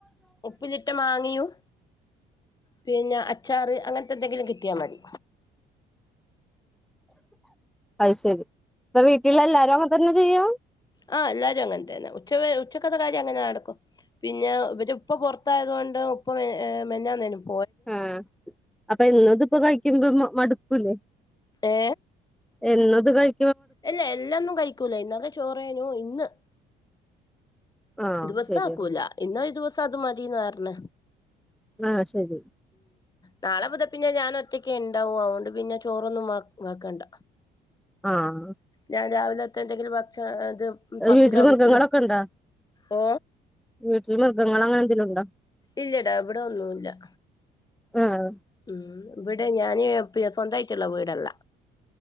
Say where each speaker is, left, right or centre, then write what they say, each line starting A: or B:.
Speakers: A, on the left; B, in the centre.
A: ഉപ്പിലിട്ട മാങ്ങയും പിന്നെ അച്ചാറ് അങ്ങൻത്തെ എന്തെങ്കിലും കിട്ടിയാ മതി
B: അയ് ശരി ഇപ്പ വീട്ടിൽ എല്ലാരും അങ്ങൻ തന്നെ ചെയ്യാ
A: ആഹ് എല്ലാരും അങ്ങനെ തന്നെ ഉച്ച വരെ ഉച്ചക്കത്തെ കാര്യം അങ്ങനെ നടക്കും പിന്നെ ഇവരു ഉപ്പാ പൊറത്തായതോണ്ട് ഉപ്പ മെൻ ഏ മെനഞ്ഞാന്നെനു പോ
B: ആ അപ്പ എന്നും ഇത് ഇപ്പ കഴിക്കുമ്പം മടുക്കൂലെ
A: ഏ
B: എന്നും ഇത് കഴി
A: അല്ല എല്ലാം ഒന്നും കഴിക്കൂലാ ഇന്നലെ ചോറെയ്നു ഇന്ന്
B: ആഹ്
A: ദിവ്സം
B: ശരിയാണ്
A: ആക്കൂലാ ഇന്നൊരു ദിവസം അത് മതിന്ന് പരൺ
B: ആ ശരി
A: നാളെ മുതൽ പിന്നെ ഞാൻ ഒറ്റക് ഇണ്ടാവു അയോണ്ട് പിന്നെ ചോറൊന്നും വെ വെക്കണ്ട
B: ആഹ്
A: ഞാൻ രാവിലെത്തെ എന്തെങ്കിലും ഭക്ഷണം ഇത് പത്തിലോ
B: വീട്ടിൽ മൃഗങ്ങളൊക്കെ
A: കിത്തിലോ
B: ഇണ്ടോ
A: ഓ
B: വീട്ടിൽ മൃഗങ്ങൾ അങ്ങനെ എന്തെലും ഇണ്ടോ
A: ഇല്ലടാ ഇവടെ ഒന്നുല്ലാ
B: ആഹ്
A: ഉം ഇവടെ ഞാന് സ്വന്തയിട്ട് ഇള്ള വീട് അല്ല